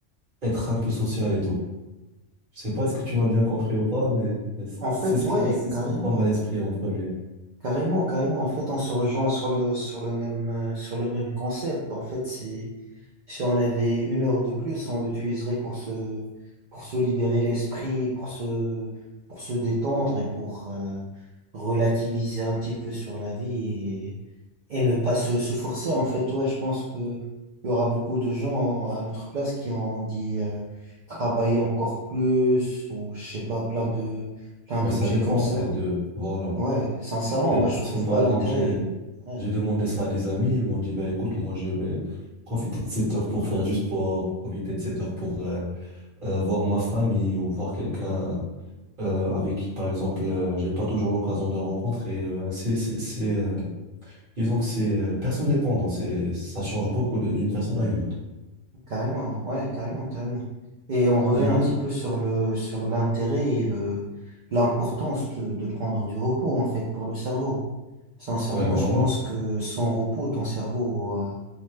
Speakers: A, on the right; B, on the right.
A: être un peu social et tout. Je sais pas est-ce que tu m'as bien compris ou pas, mais, mais c'est
B: En
A: c'est
B: fait,
A: ce
B: ouais,
A: qui, c'est
B: carrément.
A: ce qui me tombe à l'esprit en premier.
B: Carrément, carrément. En fait, en se rejoint sur le, sur le même, euh, sur le même concept. En fait, si, si on avait une heure de plus, on l'utiliserait pour se, pour se libérer l'esprit, pour se, pour se détendre et pour euh, relativiser un petit peu sur la vie Et ne pas se, se forcer, en fait, ouais, je pense que il y aura beaucoup de gens à notre place qui ont dit euh, travailler encore plus ou je sais pas, plein de plein
A: Ouais,
B: d'objets
A: ça dépend
B: comme ça.
A: en fait de, voilà.
B: Ouais, sincèrement,
A: Il y
B: moi
A: a des
B: je
A: personnes,
B: trouve
A: par
B: pas
A: exemple,
B: l'intérêt.
A: j'ai,
B: Ouais,
A: j'ai demandé ça à des amis, ils m'ont dit, bah écoute, moi je vais profiter de cette heure pour faire du sport, profiter de cette heure pour euh, euh, voir ma famille ou voir quelqu'un euh, avec qui, par exemple, euh, j'ai pas toujours l'occasion de rencontrer. Euh, Bah, c'est, c'est, c'est, euh, disons que c'est euh, personne dépendant, c'est, ça change beaucoup de- d'une personne à une autre.
B: carrément, ouais, carrément, carrément. Et on revient
A: Bah
B: un
A: écoute,
B: petit peu sur le sur l'intérêt et le l'importance de, de prendre du repos en fait pour le cerveau. Sincèrement,
A: ouais, voilà.
B: je pense que sans repos, ton cerveau euh,